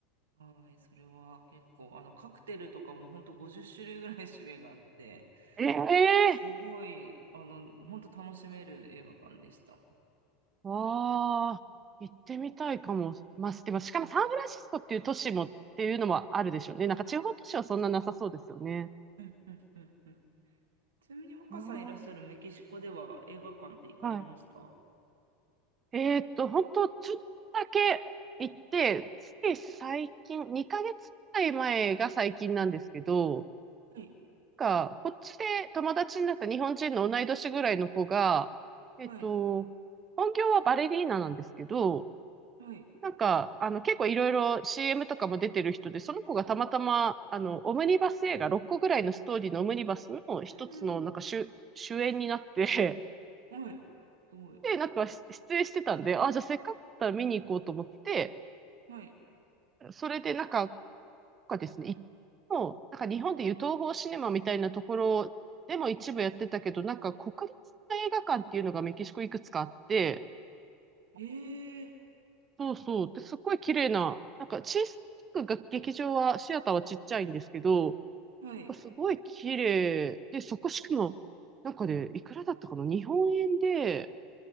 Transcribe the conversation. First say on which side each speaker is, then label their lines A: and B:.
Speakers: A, on the right; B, on the right.
A: はい、それは結構、あの、カクテルとかも本当50種類ぐらい種類があって、
B: ええ
A: すごい、あの、本当楽しめる映画館でした。
B: ああ、行ってみたいかも。まあ、でもしかもサンフランシスコっていう都市もっていうのもあるでしょうね。
A: うん、あ、
B: なんか地方都市はそんななさそうですよね。
A: そうですね。うんうんうんうん。ちなみに若さんいらっしゃるメキシコでは映画館って行かれましたは
B: あーはい。えーっと、本当ちょっとだけ行って、つい最近、2ヶ月くらい前が最近なんですけど、
A: い、
B: なんかこっちで友達になった日本人の同い年ぐらいの子が、えっと、
A: はい、
B: 本業はバレリーナなんですけど、
A: はい。
B: なんか、あの、結構いろいろ CM とかも出てる人で、その子がたまたま、あの、オムニバス映画、6個ぐらいのストーリーのオムニバスの一つの、
A: うんうん
B: なんか主、主演になって、
A: はい。すごい。
B: で、なんかし出演してたんで、あ、じゃあせっかくだったら見に行こうと思って、
A: はい。
B: それでなんか、なんかですね、いもう、なんか日本でいう東宝シネマみたいなところでも一部やってたけど、なんか国立映画館っていうのがメキシコいくつかあって、
A: ええ
B: そうそう、で、すっごい綺麗な、なんか小さくが劇場は、シアターはちっちゃいんですけど、
A: はい。
B: すごい綺麗で、そこしかも、なんかね、いくらだったかな日本円で、